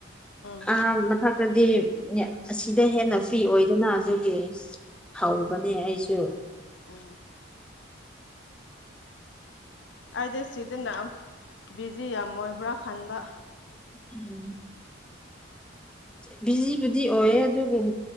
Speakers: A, on the left (about 65°); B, in the centre.
A: ꯎꯝ
B: ꯑꯥ ꯃꯊꯛ ꯍꯥꯏꯗꯤ ꯑꯁꯤꯗ ꯍꯦꯟꯅ ꯐ꯭ꯔꯤ ꯑꯣꯏꯗꯅ ꯑꯗꯨꯒꯤ ꯍꯧꯕꯅꯦ ꯑꯩꯁꯨ
A: ꯑ ꯑꯩꯗꯤ ꯁꯤꯗꯅ ꯑꯃꯨꯛ ꯕꯤꯖꯤ ꯌꯥꯝ ꯑꯣꯏꯕ꯭ꯔꯥ ꯈꯟꯕ
B: <inaudible> ꯕꯤꯖꯤꯕꯨꯗꯤ ꯑꯣꯏꯌꯦ ꯑꯗꯨꯒ ꯎ